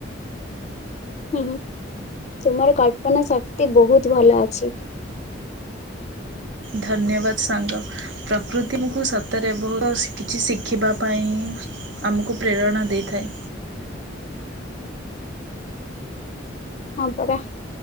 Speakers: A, on the left; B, on the right.
A: ହୁଁ ହୁଁ ତୁମର କଳ୍ପନା ଶକ୍ତି ବହୁତ ଭଲ ଅଛି।
B: ଧନ୍ୟବାଦ ସାଙ୍ଗ। ପ୍ରକୃତିକୁ ସତରେ ବହୁତ କିଛି ଶିଖିବା ପାଇଁ ଆମକୁ ପ୍ରେରଣା ଦେଇଥାଏ।
A: ହଁ ପରା।